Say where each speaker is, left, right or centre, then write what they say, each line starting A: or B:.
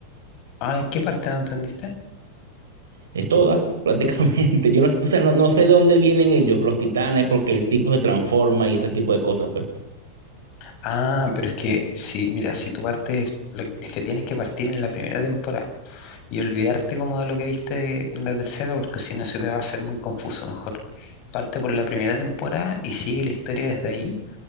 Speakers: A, on the left (about 40°); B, on the right (about 65°).
A: Ah, ¿en qué parte no entendiste?
B: De todas, prácticamente. <laughs> Yo no, o sea, no, no sé de dónde vienen ellos, los titanes, porque el tipo se transforma y ese tipo de cosas, pues.
A: Ah, pero es que sí, mira, si tú partes, lo que- es que tienes que partir en la primera temporada y olvidarte como de lo que viste de- en la tercera, porque si no se te va a hacer muy confuso. Mejor parte por la primera temporada y sigue la historia desde ahí